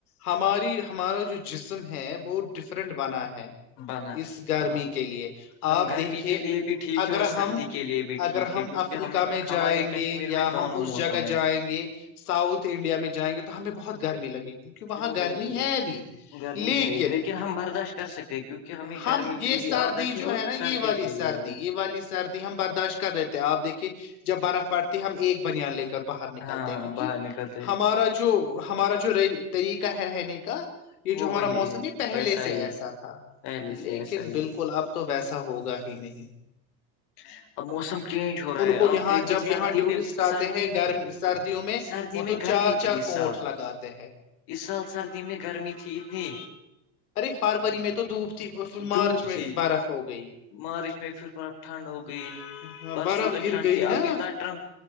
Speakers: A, on the left; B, on the left.
A: ہماری ہمارا جو جسم ہے وہ ڈفرینٹ بنا ہے
B: بنا
A: اس گرمی
B: ہاں
A: کے لیے
B: ہم
A: آپ
B: گرمی
A: دیکھیے
B: کے لیے بھی ٹھیک
A: اگر
B: ہے اور سردی
A: ہم
B: کے لیے بھی
A: اگر
B: ٹھیک
A: ہم
B: ہے کیونکہ
A: افریقہ
B: ہمیں
A: میں
B: ہمارے
A: جائیں
B: کشمیر
A: گے
B: میں
A: یا
B: دونوں
A: ہم اس
B: موسم
A: جگہ
B: ہے
A: جائیں گے ساؤت انڈیا میں جائیں گے تو ہمیں بہت گرمی لگی کیونکہ وہاں گرمی
B: لگے گی
A: ہے ابھی
B: گرمی
A: لیکن
B: ہے ہم برداشت کر سکتے کیونکہ ہمیں
A: ہم
B: گرمی کی
A: یہ سردی
B: بھی عادت
A: جو
B: اور
A: ہے نا
B: سردی
A: یہ والی
B: کی
A: سردی
B: بھی عادت
A: یہ والی سردی ہم برداشت کر رہے تھے آپ دیکھیے جب برف پڑتی ہے ہم ایک بنان لے کے باہر نکلتے
B: ہاں
A: ہیں کیونکہ
B: باہر نکلتے
A: ہمارا جو ہمارا جو ری طریقہ ہے رہنے کا یہ
B: وہ
A: جو ہمارا
B: وہی
A: موسم
B: ہے
A: یہ پہلے
B: ویسا ہی
A: سے ایسا
B: ہے
A: تھا
B: پہلے سے
A: لیکن
B: ایسا ہی
A: بالکل
B: ہے
A: اب تو ویسا ہوگا ہی نہیں
B: ہچ اب موسم چینج ہو رہا
A: ان
B: ہے
A: کو
B: اب
A: یہاں
B: دیکھیے
A: جب
B: سردی
A: یہاں ٹورسٹ
B: میں
A: آتے
B: سردی
A: ہیں گرم
B: میں
A: سردیوں میں
B: سردی
A: وہ
B: میں
A: تو
B: گرمی
A: چار
B: تھی
A: چار
B: اس
A: کوٹ
B: سال
A: لگاتے ہیں
B: اس سال سردی میں گرمی تھی اتنی
A: ارے فروری میں تو دھوب تھی اور پھر مارچ
B: دھوپ
A: میں
B: تھی
A: برخ ہو گئی
B: مارچ میں پھر بڑا ٹھنڈ ہو گئی
A: ہاں
B: پرسوں
A: برف
B: تک
A: گر
B: ٹھنڈ
A: گئی
B: تھی اب
A: نا
B: اتنا ٹ